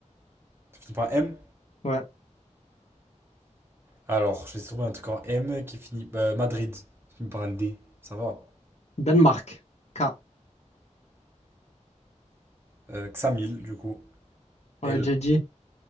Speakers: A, on the right (about 20°); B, on the left (about 60°).
A: ça finit par un M.
B: Ouais.
A: Alors, j'ai trouvé un truc en M qui finit. euh, Madrid, qui finit par un D. Ça va.
B: Danemark. K.
A: Euh, Xamil, du coup.
B: On
A: L.
B: l'a déjà dit.